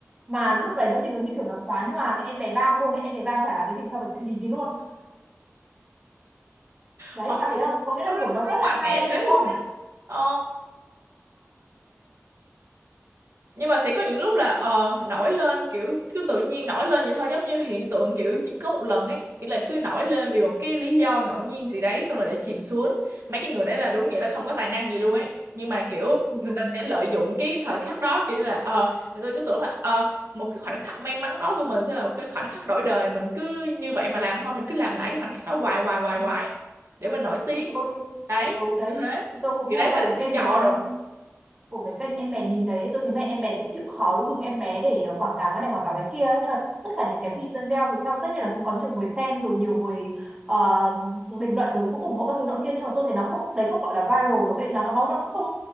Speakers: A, on the right; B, on the right.
A: mà lúc đấy nó như, như kiểu nó xóa nhòa cái em bé Bam luôn ấy em bé Bam chả là cái gì so với chuyện nhìn đi luôn đấy
B: Ôi,
A: bạn thấy không có
B: lúc
A: nghĩa là
B: đó,
A: kiểu
B: lúc
A: nó rất
B: đó
A: là
B: mạnh
A: hay
B: mẽ thế
A: đúng không
B: luôn Ồ. Nhưng mà sẽ có những lúc là ờ nổi lên kiểu cứ tự nhiên nổi lên vậy thôi giống như hiện tượng kiểu chỉ có một lần ấy, kiểu là cứ nổi lên vì một cái lý do ngẫu nhiên gì đấy xong rồi để chìm xuống. Mấy cái người đấy là đúng nghĩa là không có tài năng gì luôn ấy. Nhưng mà kiểu
A: ừ.
B: người ta sẽ lợi dụng cái thời khắc đó kiểu như là ờ người ta cứ tưởng là ờ một cái khoảnh khắc may mắn đó của mình sẽ là một cái khoảnh khắc đổi đời, mình cứ như vậy mà làm thôi, mình cứ làm lại cái khoảnh khắc đó hoài hoài hoài
A: ừ.
B: hoài để mình nổi tiếng.
A: thì tôi
B: Đấy,
A: ừ đấy
B: như thế.
A: thì tôi cũng
B: Thì
A: theo
B: đấy
A: dõi
B: sẽ là
A: cái
B: chiêu
A: kênh
B: trò
A: của em
B: rồi.
A: của cái kênh em bé nhìn đấy tôi thấy mẹ em bé cũng chịu khó dùng em bé để ờ, quảng cáo cái này quảng cáo cái kia ấy. nhưng mà tất cả những cái video thì sau tất nhiên là cũng có nhiều người xem rồi nhiều người ờ, bình luận rồi cũng ủng hộ các thứ nọ kia nhưng mà tôi thấy nó không đấy không gọi là viral được ấy nó nó vẫn không